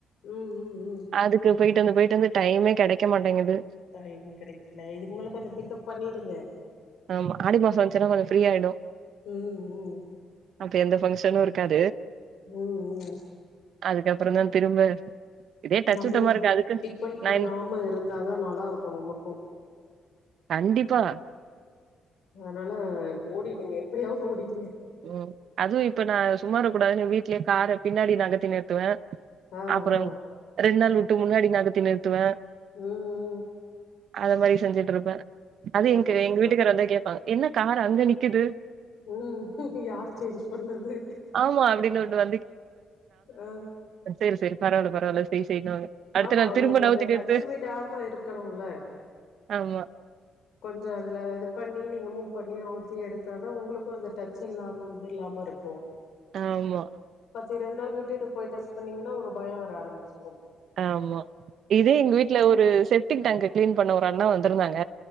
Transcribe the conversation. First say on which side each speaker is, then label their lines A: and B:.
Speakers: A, on the left (about 75°); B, on the right (about 65°).
A: ம் ம் ம்
B: அதுக்கு போயிட்டு வந்து போயிட்டு வந்து டைமே கிடைக்க மாட்டேங்குது
A: டைம் கெடைக்கல இதுக்கு மேல கொஞ்சோ பிக்கப் பண்ணிடுங்க
B: ஆமா ஆடி மாசோ வந்துச்சுன்னா கொஞ்சோ ஃப்ரீயாயிடு
A: ம் ம்
B: அப்ப எந்த ஃபங்க்ஷனு இருக்காது
A: ஓ ஓ
B: அதுக்கப்பறோ தா திரும்ப இதே டச்
A: நம்மளோ
B: சுத்தமா இருக்கு அதுக்கு
A: டிபெண்ட்
B: நா
A: பண்ணாம
B: இன்
A: இருந்தாதா நல்லா இருக்கு நமக்கு
B: கண்டிப்பா
A: அதனால ஓடிடுங்க எப்படியாவது ஓடிடுங்க
B: ம் அதுவு இப்ப நா சும்மா இருக்க கூடாது நு வீட்லயே கார பின்னாடி நகத்தி நிறுத்துவே
A: ஆ
B: அப்புறோ
A: ஆ
B: ரெண்டு நாள் விட்டு முன்னாடி நகத்தி நிறுத்துவே
A: ம் ம்
B: அத மாரி செஞ்சுட்டு இருப்பே அது
A: சூப்பர்
B: எங்க
A: சூப்பர்
B: எங்க வீட்டுக்காரு வந்தா கேப்பாங்க என்ன கார் அங்க நிக்குது
A: ம் யார் சேஞ்ச் பண்ணது
B: ஆமா அப்படின்னு
A: ஆ
B: சேரி சேரி பரவால்ல பரவால்ல செய் செய்னுவாங்க அடுத்த
A: ஆமா
B: நாள்
A: அவுங்களுக்கு
B: திரும்ப நவுத்தி
A: அது
B: நிறுத்து
A: டச் விடாம இருக்கணுல
B: ஆமா
A: கொஞ்சோ அதுல இது பண்ணி நீங்க மூவ் பண்ணி ஓட்டி எடுத்தா தா உங்களுக்கு அது டச் இல்லா இல்லாம இருக் கோ
B: ஆமா
A: பத்து இருபது நாள் விட்டு போய் டச் பண்ணீங்கன்னா ஒரு பாயோ வர ஆரமிச்சுரு
B: ஆமா இதே எங்க வீட்ல ஒரு செப்டிக் டேங்க்க கிளீன் பண்ண ஒரு அண்ணா வந்திருந்தாங்க